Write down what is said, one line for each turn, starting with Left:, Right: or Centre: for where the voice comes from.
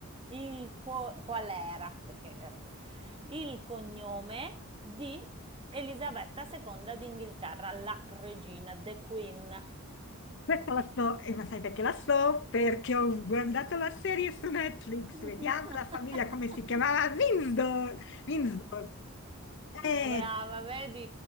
Right: il co- qual era? Perché eh, il cognome di Elisabetta II d'Inghilterra, la regina, the Queen.
Left: Questa la so, e ma sai perché la so? Perché ho guardato la serie su Netflix.
Right: <laughs>
Left: Vediamo la famiglia come si chiamava. Windsor. Windsor. Eh,
Right: Brava, vedi?